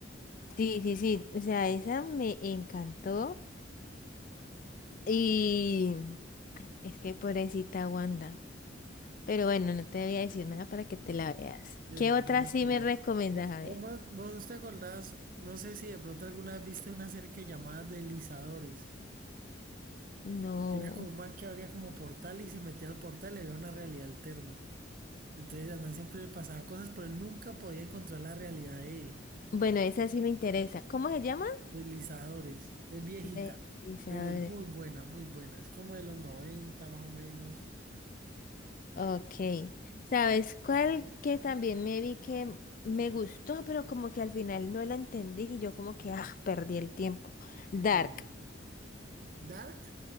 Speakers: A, on the left; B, on the right.
A: Sí, sí, sí. O sea, esa me encantó. Y es que pobrecita Wanda. Pero bueno, no te voy a decir nada para que te la veas.
B: Eso,
A: ¿Qué
B: vamos
A: otra sí me recomiendas?
B: Vos,
A: A
B: vos
A: ver.
B: vos no te acordás, no sé si de pronto alguna vez viste una serie que llamaba Deslizadores.
A: No.
B: Era como un man que abría como portal y se metía al portal y había una realidad alterna. Entonces al man siempre le pasaba cosas, pero él nunca podía encontrar la realidad de él.
A: Bueno, esa sí me interesa. ¿Cómo se llama?
B: Deslizadores. Es viejita,
A: Deslizadores.
B: pero es muy buena, muy buena. Es como de los noventa más o menos.
A: Ok. ¿Sabes cuál que también me vi que me gustó, pero como que al final no la entendí? Yo como que, ah, perdí el tiempo. Dark.
B: ¿Cuándo? ¿Dark?